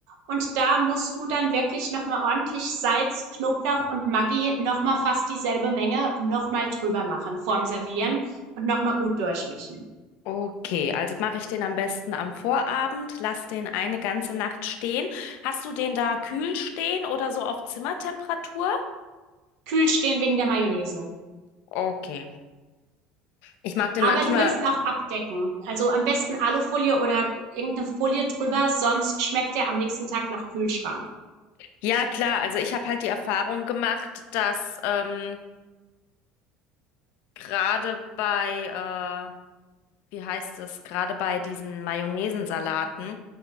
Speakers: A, on the right (about 80°); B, on the left (about 70°).
A: Und da musst du dann wirklich nochmal ordentlich Salz, Knoblauch und Maggi nochmal fast dieselbe Menge nochmal drüber machen vorm Servieren und nochmal gut durchmischen.
B: Okay, also mache ich den am besten am Vorabend, lass den eine ganze Nacht stehen. Hast du den da kühl stehen oder so auf Zimmertemperatur?
A: Kühl stehen wegen der Mayonnaise.
B: Okay. Ich mache den
A: Aber
B: manchmal.
A: du willst ihn auch abdecken. Also am besten Alufolie oder irgendeine Folie drüber, sonst schmeckt er am nächsten Tag nach Kühlschrank.
B: Ja, klar, also ich habe halt die Erfahrung gemacht, dass ähm, gerade bei, äh, wie heißt es, gerade bei diesen Mayonnaisensalaten,